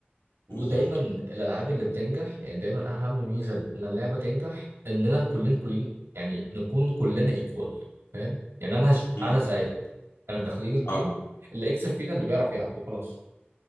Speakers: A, on the right; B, on the left.
A: ودايما
B: بالظبط
A: الالعاب اللي بتنجح يعني دايما اهم ميزه ان اللعبه تنجح اننا كلنا كلنا يعني نكون كلنا ايكوال فاهم يعني انا
B: مم،
A: انا زيك انا داخلين الجيم
B: اه
A: اللي يكسب فينا اللي بيعرف يلعب وخلاص